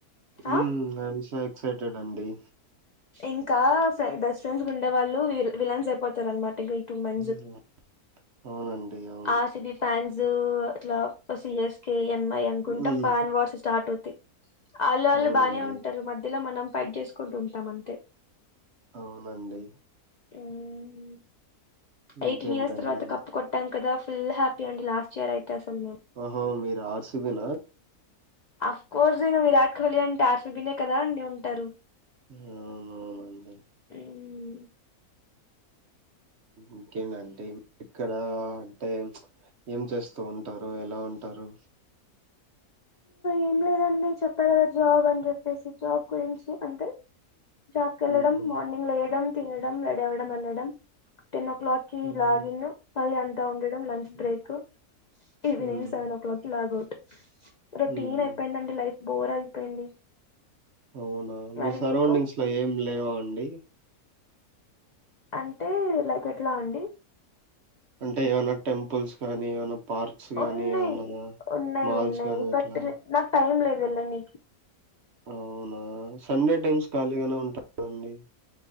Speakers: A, on the right (about 55°); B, on the left (about 85°).
A: మ్మ్
B: ఆ
A: ఎక్సైటెడ్ అండి
B: ఇంకా బెస్ట్ ఫ్రెండ్స్ ఉండే వాళ్ళు వి విలాన్స్ అయిపోతారు అనమాట ఇంకా టూ మంత్స్
A: హ్మ్. అవునండి అవును
B: ఆర్సీబీ ఫ్యాన్స్ అట్లా సిఎస్కే ఎం అకుంట
A: హ్మ్.
B: ఫాన్ వార్స్ స్టార్ట్ అవుతాయి ఆళ్ళు వాళ్ళు
A: అవునండి
B: బాగానే ఉంటారు మధ్యలో మనం ఫైట్ చేసుకుంటూ ఉంటాం అంతే
A: అవునండి
B: మ్మహు ఎయిటీన్
A: ఇంకేంటండి
B: ఇయర్స్ తర్వాత కప్పు కొట్టం ఫుల్ హ్యాపీ అడి లాస్ట్ ఇయర్ అయితే అసలు మేము
A: ఓహో మీ ఆర్సిబి నా
B: ఆఫకోర్స్ ఇంగ విరాట్ లి అని టార్స్బి కదడి ఉడి టరు
A: అవునవునండి
B: ఉమ్,
A: ఇంకేంటంటడి ఇక్కడ అంటే ఏం చేస్తూ ఉంటారు ఎలా ఉంటారు
B: ఏం లేదండి చెప్పగ కదా జాబ్ అని చెప్పేసి జాబ్ గురించి అంతే జాబ్ కి వెళ్ళడం
A: ఉహు
B: మార్నింగ్ వేయడం తినడం రెడీ అవ్వడం నల్ టెన్ ఓ క్లాక్కి
A: ఉమ్
B: లాగిన్ ఫ ఉండడం lunch break evening
A: um
B: seven o'clock కి లాగౌట్ రొటీన్
A: ఉమ్
B: అయిపోయిందండి లైఫ్ బోర్ అయిపోయింది.
A: అవునా మీ
B: మరి
A: సరౌండింగ్స్
B: మీకు
A: లో ఏం లేవా అండి
B: అంటే లైక్ ఎట్లా అండి
A: అంటే ఏమైనా టెంపుల్స్ కానీ ఏమైనా పార్క్స్ గానీ
B: ఉన్నాయి
A: ఏమన్నా
B: ఉన్నాయి
A: మాల్స్
B: ఉన్నాయి
A: గానీ
B: బట్
A: అట్లా
B: నాకు టైం లేదు వెళ్ళ నీకి
A: అవునా సండే టైమ్స్ ఖాళీగానే ఉంటా అండి